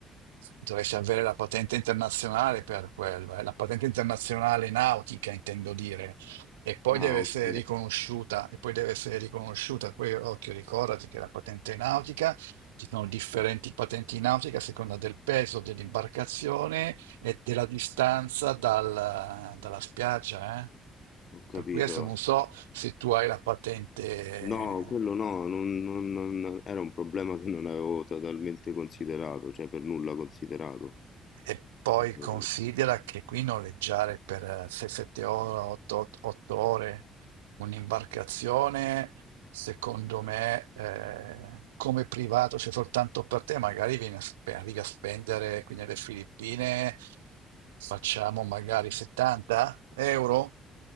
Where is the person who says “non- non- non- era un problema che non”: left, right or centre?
Left